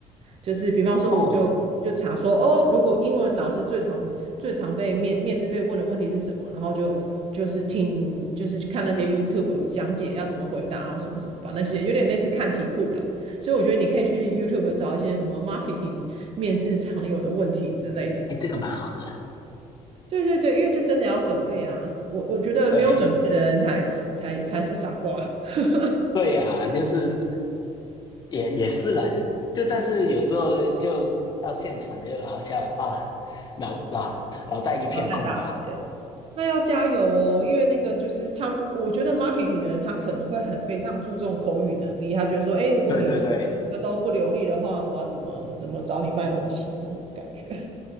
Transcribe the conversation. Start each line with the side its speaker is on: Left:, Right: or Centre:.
Right: 就是比方说，
Left: 哦，
Right: 我就就查说，哦，如果英文老师最常最常被面面试被问的问题是什么，然后就就是听就是看那些 YouTube 讲解要怎么回答啊，然后什么什么把那些有点类似看题库啦。所以我觉得你可以去 YouTube 找一些什么 marketing 面试常有的问题之类的。
Left: 哎，这个蛮好的。
Right: 对对对，因为就真的要准备啊，我我觉得没有准备的人才才才是傻瓜，
Left: 对
Right: <laughs>
Left: 对呀、就是也也是啦，就就但是有时候就到现场又好像啊脑脑脑袋一片空白。
Right: 然后再打结。那要加油哦，因为那个就是他，我觉得 marketing 的人他可能会很非常注重口语能力，他觉得说，哎，如果你
Left: 对对对，
Right: 都不流利的话，我要怎么怎么找你卖东西这种感觉。